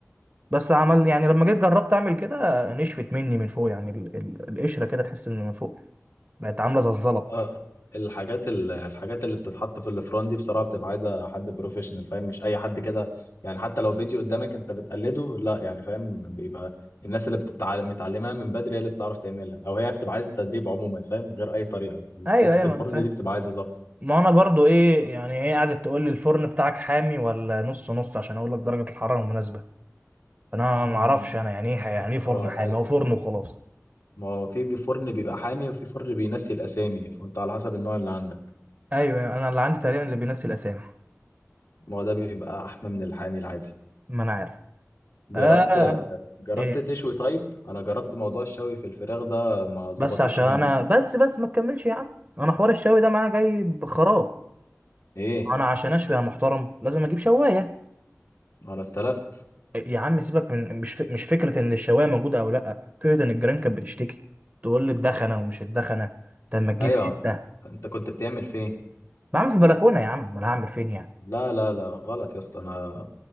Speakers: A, on the right; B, on the left.
A: بس عمل يعني لما جيت جربت اعمل كده نشفت مني من فوق يعني ال- ال- القشره كده تحس ان من فوق بقت عامله زي الزلط
B: اه الحاجات ال- الحاجات اللي بتتحط في الفران دي بصراحه بتبقى عايزه حد بروفيشنال فاهم مش اي حد كده يعني حتى لو فيديو قدامك انت بتقلده لا يعني فاهم بيبقى الناس اللي بتتعلم متعلمها من بدري هي اللي بتعرف تعملها او هي بتبقى عايزه تدريب عموما فاهم غير اي طريقه
A: ايوه
B: حته
A: ايوه
B: الفرن
A: ما انا فاهم
B: دي بتبقى عايزه ظبط
A: ما انا برضو ايه يعني هي قعدت تقول لي الفرن بتاعك حامي ولا نص نص عشان اقول لك درجة الحرارة المناسبة فانا
B: مم.
A: ما اعرفش انا يعني ايه يعني ايه فرن
B: اه
A: حامي
B: ال-
A: هو فرن وخلاص
B: ما هو في بي- فرن بيبقى حامي وفي فرن بينسي الاسامي فانت على حسب النوع اللي عندك
A: ايوه أيوة، انا اللي عندي تقريبا اللي بينسي الاسامي
B: ما هو ده بيبقى احمى من الحامي العادي
A: ما انا عارف
B: جربت
A: آه
B: جربت
A: ايه
B: تشوي طيب انا جربت موضوع الشوي في الفراخ ده ما ظبطتش
A: بس عشان
B: مني
A: انا بس بس ما تكملش يا عم انا حوار الشوي ده معايا جاي بخراب
B: ايه
A: انا عشان اشوي يا محترم لازم اجيب شوايه
B: انا استلفت
A: يا عم سيبك من مش ف... مش فكره ان الشوايه موجوده او لا فكره ان الجيران كانت بتشتكي تقول لي الدخنه ومش الدخنه طب ما تجيب
B: ايوه
A: حته
B: انت كنت بتعمل فين
A: بعمل في البلكونه يا عم ما انا هعمل فين يعني
B: لا لا لا غلط يا اسطى انا